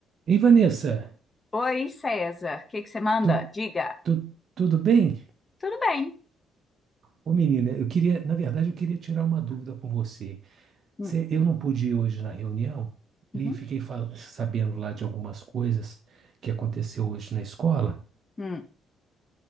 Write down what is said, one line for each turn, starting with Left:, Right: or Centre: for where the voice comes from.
Right: Ei, Vanessa,
Left: Oi, César, o que que você manda?
Right: tu-
Left: Diga.
Right: tu- tudo bem?
Left: Tudo bem.
Right: Ô, menina, eu queria, na verdade, eu queria tirar uma dúvida com você.
Left: Hum,
Right: Você- eu não pude ir hoje na reunião
Left: uhum,
Right: e fiquei fal- sabendo lá de algumas coisas que aconteceu hoje na escola.
Left: hum.